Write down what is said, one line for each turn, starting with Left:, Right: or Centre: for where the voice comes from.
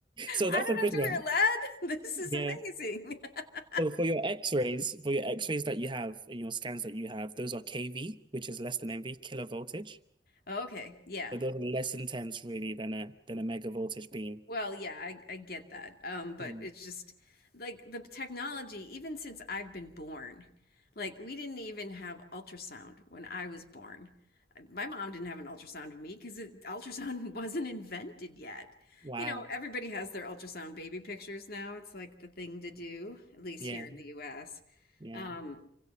Right: So
Left: I
Right: that's
Left: don't
Right: a good
Left: have to
Right: one.
Left: wear lead. <laughs> This is
Right: Yeah.
Left: amazing. <laughs>
Right: So for your X-rays, for your X-rays that you have and your scans that you have, those are kV, which is less than MV, kilo voltage.
Left: Okay, yeah.
Right: So those are less intense really than a than a mega voltage beam.
Left: Well, yeah, I, I get that. Um, but
Right: Mm.
Left: it's just like the technology, even since I've been born, like we didn't even have ultrasound when I was born. My mom didn't have an ultrasound of me because ultrasound <laughs> wasn't invented yet.
Right: Wow.
Left: You know, everybody has their ultrasound baby pictures now. It's like the thing to do, at least
Right: Yeah,
Left: here in the US.
Right: yeah.
Left: Um,